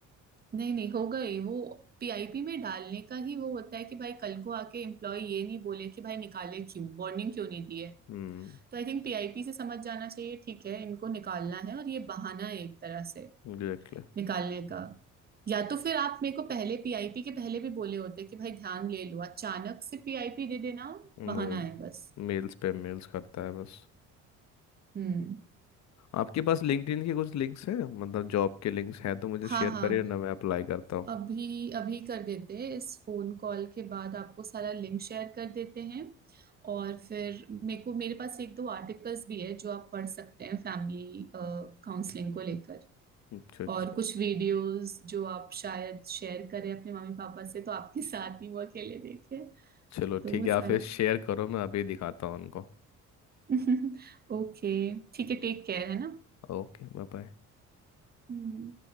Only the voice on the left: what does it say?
हम्म
एग्जैक्टली
वही
मेल्स पे मेल्स करता है बस
आपके पास लिंक्डइन के कुछ लिंक्स हैं मतलब जॉब के लिंक्स हैं तो मुझे
शेयर
करिए ना मैं अप्लाई करता हूँ
अच्छा अच्छा
चलो
ठीक
है
आप फिर शेयर करो मैं अभी दिखाता हूँ उनको
Okay bye bye